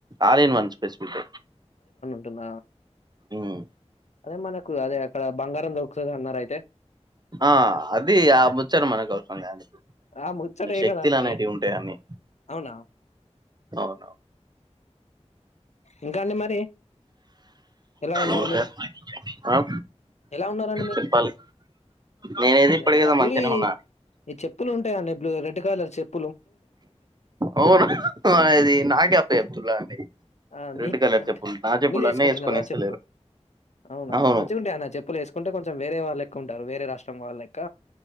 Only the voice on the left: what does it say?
ంటుంద
అదే మనకు అదే అక్కడ బంగారం దొకుతుంది అన్నారుా అయితే
ఆ ముచ్చటే
కదా అండి
అవునా
ఇంకా అ మరి ఎలా ఉన్నారు
మీరు
ఎలా ఉన్నారండి మీరు
అదే
మనకువి
ఈ చెప్పులు ఉంటాయిడి బ్ల రెడ్ కలర్ చెప్పు
ఆ
మీ
మీరు వేసుకుంటున్నారు
కదా
చెప్పులు అవునా
మంచిగాంటాయి అన్న చెప్పులు వసుకుంటే కొంచెం వేరే వాళ్ళ ఎక్క ఉంటారు వేరే రాష్ట్రం వాళ్ళ ెక్క